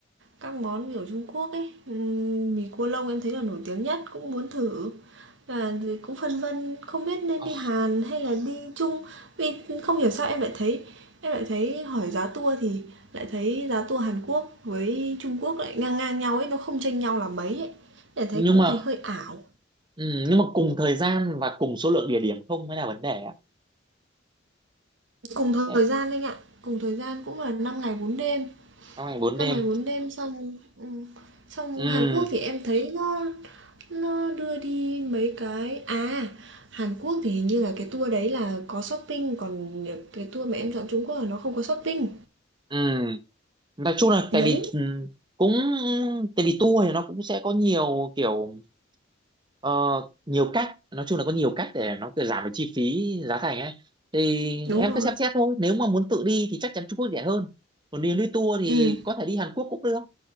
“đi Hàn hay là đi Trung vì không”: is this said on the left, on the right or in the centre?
Right